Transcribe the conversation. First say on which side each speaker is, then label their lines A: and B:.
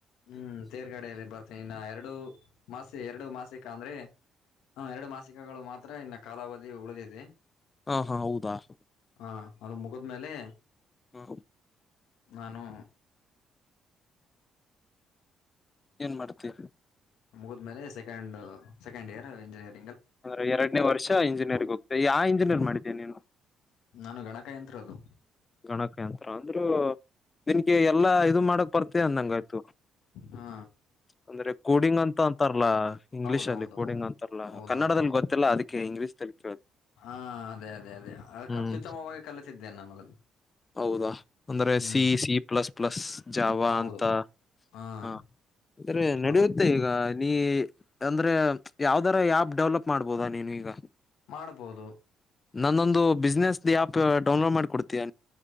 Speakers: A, on the left; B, on the left.
A: ಹ್ಮ್ ತೇರ್ಗಡೆಯಲ್ಲಿ ಬರ್ತೇನಿ ಇನ್ನ ಎರಡು ಮಾಸಿ ಎರಡು ಮಾಸಿಕ ಅಂದ್ರೆ ಹಾ ಎರಡು ಮಾಸಿಕಗಳು ಮಾತ್ರ ಹತ್ರ ಇನ್ನ ಕಾಲಾವಧಿ ಉಳಿದಿದೆ
B: ಹಾ ಹಾ ಹೌದಾ
A: ಹಾ ಅದು ಮುಗದ್ಮೇಲೆ
B: ಹಾ
A: ನಾನು
B: ಏನ್ ಮಾಡ್ತೀ
A: ಮುಗಿದ್ಮೇಲೆ ಸೆಕೆಂಡ್ ಸೆಕೆಂಡ್ ಇಯರ್ ಇಂಜಿನಿಯರ್
B: ಅಂದ್ರೆ ಎರನ ವರ್ಷ ಇಂಜಿಯರ್ಗ್ ಹೋಗ್ತ ಯ ಆ ಇಂಜಿನಿಯರ್ ಮಾಡಿದ್ದೇನೆ ನೀನು
A: ನಾನು ಗಣಕಯಂತ್ರದು
B: ಗಣಕ ಯಂತ್ರ ಅಂದ್ರೂ ನಿನ್ಗೆ ಎಲ್ಲಾ ಇದು ಮಾಡಕ್ ಬರ್ತ ಅಂದಂಗಯ್ತು
A: ಹಾ
B: ಅಂದ್ರೆ ಕೋಡಿಂಗ್ ಅಂತ ಅಂತಾರಲ್ಲಾ ಇಂಗ್ಲಿೀಷ್
A: ಹೌದು
B: ಅಲ್ಲಿ
A: ಹೌದು
B: ಕೋಡಿಂಗ್
A: ಹೌದು
B: ಅಂತಾರಲ್ಲಾ
A: ಹೌದೌದು
B: ಕನ್ನಡದಲ್ಲಿ ಗೊತ್ತಿಲ್ಲ ಅದಕ್ಕೆ ಇಂಗ್ಲಿಷ್ ತಲ್ಲಿ ಕ
A: ಹಾ ಅದೇ ಅದೇ ಅದೇ
B: ಹ್ಮ್
A: ಅತ್ಯುತ್ತಮವಾಗಿ ಕಲಿತಿದ್ದೇನೆ ನಾನು ಅದನ್ನು
B: ಹೌದಾ ಅಂದ್ರೆ
A: ಹ್ಮ್
B: ಸಿ ಸಿ ಪ್ಲಸ್ ಪ್ಲಸ್ ಜಾವ
A: ಹೌದು
B: ಅಂತ
A: ಹಾ
B: ಹ ಅ್ರ ನಡೆಯುತ್ತೆ
A: ಹೌದು
B: ಈಗ ನೀ ಅಂದ್ರೆ ಯಾವ್ದರ ಆಪ್ ಡೆವಲಪ್ ಮಾಡ್ಬೋದಾ ನೀನು ಈಗ
A: ಮಾಡ್ಬೋದು
B: ನಾನೊಂದು ಬಿಸ್ನೆಸ್ ಆ್ಯಪ್ ಡೌನ್ಲೋಡ್ ಮಾಡಿಿಕ ಕೊಡ್ತೀಯ